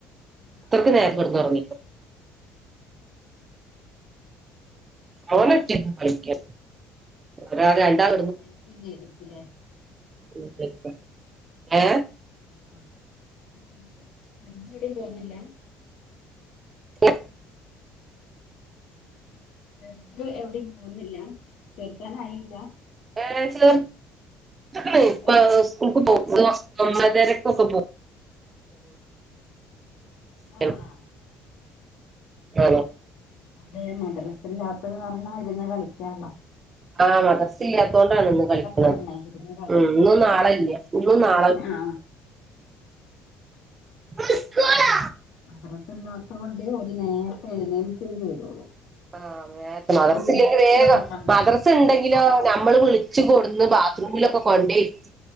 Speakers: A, on the left (about 70°); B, on the right (about 30°).
A: ആ
B: ഇത്രക്ക്
A: ആ
B: നേരം കെടന്ന് ഒറങ്ങിക്കോ ഓന് ഒറ്റക്ക് കളിക്കാ ഒരാൾ
A: ആ
B: രണ്ടാൾ
A: അപ്പ എഴുന്നേൽക്കുകേം ചെയ്യത്തില്ലേ
B: എഴുന്നേൽക്കാം ഏ
A: ആ ആ <inaudible> എവിടേയും തോന്നുന്നില്ല
B: എ
A: ചെറുത് എവിടേം പോകുന്നില്ല തീർത്താനായില്ല
B: <unintelligible>
A: ചേർ
B: സ്കൂൾക് പോ ഒരൊമ്പതര വരെ
A: ആഹ്
B: <unintelligible> ആ
A: അതെ മദ്രസല്ലാത്ത കാരണം ഇരുന്ന് കളിക്കാല്ലോ
B: ആ മദ്രസില്ലാത്തോണ്ടാണ് ഇന്ന് കളിക്കുന്നത്
A: കാരണേ ഇരുന്ന്
B: ഉം ഇന്നും നാ
A: ആ
B: ഇല്ല
A: ആ മദ്രസില്ലാത്തോണ്ട് ഒരു നേരത്തെ എഴുന്നേൽക്കേം ചെയ്തോളൂ
B: ആ നേരത്തെ മദ്രസ
A: വിളിച്ചൊണർത്തണ്ടേ
B: ഇല്ലെങ്കിൽ വേഗം മദ്രസ ഇണ്ടെങ്കിലോ ഞമ്മള് വിളി വിളിച്ച് കൊട്ന്ന് ബാത്റൂമിലൊക്കെ കൊണ്ടെ ഇരുത്തി